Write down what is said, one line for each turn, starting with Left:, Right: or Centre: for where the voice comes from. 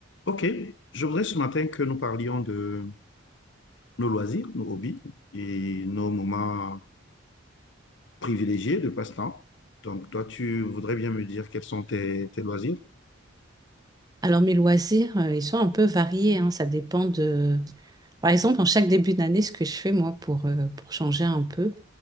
Left: Ok, je voudrais ce matin que nous parlions de nos loisirs, nos hobbies et nos moments privilégiés de passe-temps. Donc, toi, tu voudrais bien me dire quels sont tes, tes loisirs?
Right: Alors mes loisirs, euh, ils sont un peu variés, hein, ça dépend de... Par exemple, en chaque début d'année, ce que je fais moi pour, euh, pour changer un peu,